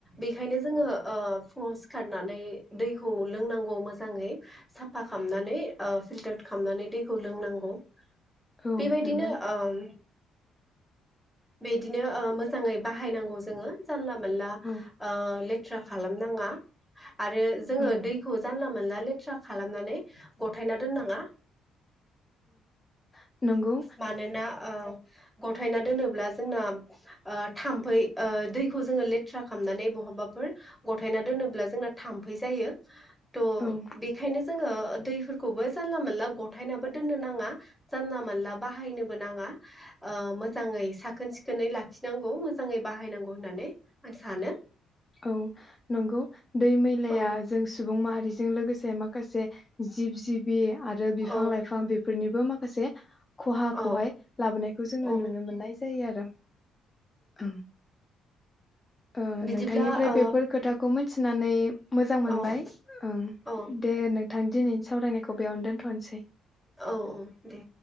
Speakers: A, in the centre; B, on the left.
A: बेखायनो जोङो ओ फुङाव सिखारनानै दैखौ लोंनांगौ मोजाङै साफा खामनानै ओ फिलटार खालामनानै दैखौ लोंनांगौ।
B: औ
A: बेबायदिनो
B: नोंगौ।
A: ओम बिदिनो ओ मोजाङै बाहायनांगौ जोङो जानला माला
B: औ
A: ओ ले थ्रा खालामनाङा। आरो जोङो
B: औ
A: दैखौ जानला मोनला लेथ्रा खालामनानै गथायना दोननाङा।
B: औ नंगौ
A: मानोना ओ गथायना दोनोब्ला जोंना ओ थाम्फै दैखौ जोङो लेथ्रा खामनानै बहाबाफोर गथायना दोनोब्ला जोंना थाम्फै जायो। त
B: औ
A: बेखायनोज जोङो दैफोरखौबो जानला मोनला गथायनाबो दोननो नाङा। जानला मानला बाहायनोबो नाङा ओ मोजाङै साखोन सिखोनै लाखिनांगौ मोजाङै बाहायनांगौ होननानै आं सानो।
B: औ नंगौ दै मैलाया
A: औ
B: जों सुबुं माहारिजों लोगोसे ए माखासे जिब जिबि आरो बिफां
A: औ
B: लाइफां बेफ फोरनिबो माखासे खहाखौहाय
A: औ
B: लाबोनायखौ जोङो
A: औ
B: नुनो मोननाय जायो आरो औ ओ
A: बिदिब्ला
B: नोंथांनिफ्राय
A: औ
B: बेफोर खोथाखौ मोन थिनानै मोजां मोनबाय
A: औ
B: ओं
A: औ
B: दे नोंथां दिनै सावरायनायखौ बेयावनो दोनथ'नोसै।
A: औ औ दे।